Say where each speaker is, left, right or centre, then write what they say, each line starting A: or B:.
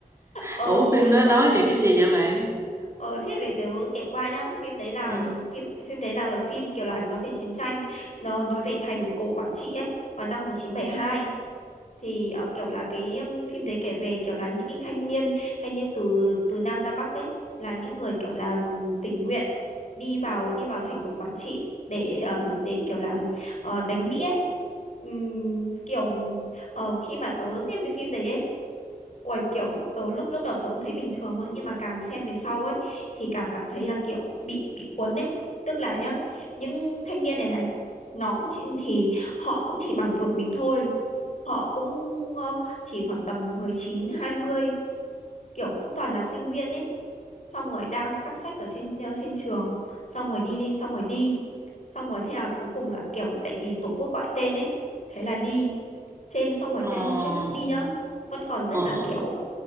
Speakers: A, on the left; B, on the right.
A: Ờ,
B: Ủa phim đó
A: ờ,
B: nói về cái gì vậy bạn?
A: Ờ thế để tớ kể qua nhá phim đấy là
B: Ừ.
A: phim phim đấy là phim kiểu là nói về chiến tranh nó nói về thành cổ Quảng Trị ấy vào năm một nghìn chín trăm bảy mươi hai thì ờ, kiểu là cái um, phim đấy kể về kiểu là những cái thanh niên thanh niên từ từ Nam ra Bắc ấy là những người kiểu là um, tình nguyện đi vào đi vào thành cổ Quảng Trị để um, để kiểu là ờ, đánh Mỹ ấy Ừm, kiểu ờ, khi mà tớ xem cái phim đấy ấy Ôi kiểu tớ lúc lúc đầu tớ cũng thấy bình thường thôi nhưng mà càng xem về sau ấy thì càng cảm thấy là kiểu bị bị cuốn ấy tức là nhá những thanh niên này này nó cũng chỉ, thì họ cũng chỉ bằng tuổi mình thôi họ cũng ờ, chỉ khoảng tầm mười chín hai mươi kiểu cũng toàn là sinh viên ấy xong rồi đang cắp sách ở trên ờ, trên trường xong rồi đi lên xong rồi đi xong rồi thế là cuối cùng là kiểu tại vì tổ quốc gọi tên ấy thế là đi trên xong rồi
B: Ờ,
A: trên trên lúc đi nhá vẫn còn rất
B: ờ,
A: là kiểu